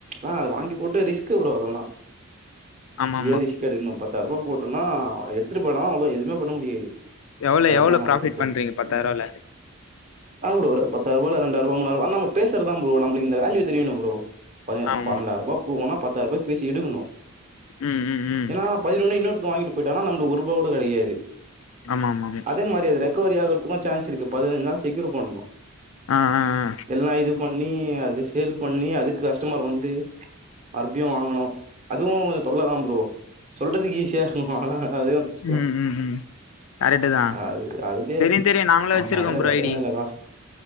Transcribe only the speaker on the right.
ஆ அது வாங்கி போட்டு ரீஸ் க் ப்ரோ அதெல்லா
ஏ ரிஸ்க் எடுக்கணு பத்தாயிர ரூவா போட்டன்னா எடுத்துட்டு போயி ன அவ்ளோ எதுமே பண்ண முடியாது
பத்தாயிரரூபானா
ஒரு
ஆமா ப்ரோ ஒரு பத்தாயிர ரூவல ரெண்டாயிரோ மூணாயிரோ ஆ நம்ம பேசறதா ப்ரோ நம்மளுக்கு இந்த வேல்யு தெரியணு ப்ரோ பதின
பன்னெட்டாயிரம் ரூபாய் போகுனா பத்தாயிர ரூபாய்க பேசி எடுக்கணு
ஏன்னா பதினொன்னு இன்னொருத்த வாங்கிட்டு போயிட்டனா நம்மளுக்கு ஒரு ரூபா கூட கெடைகாது
அதே மாரி அது இன்னொரு பக்கம் சான்ஸ் இருக்கு பதினஞ்சு நாள் செக்யூர் பண்ணணு
எல்லா இது பண்ணி அது சேல் பண்ணி அதுக்கு கஸ்டமர் வந்து மறுபடியு வாங்கணு அதுவு தொல்ல தா ப்ரோ சொல்றதுக்கு ஈஸியா இருக்கு ஆனா அதுவு கஷ்டோ
அது அதுலயே
ஆமா.
அதுல
லட்சக்கணக்குல
லாஸ்.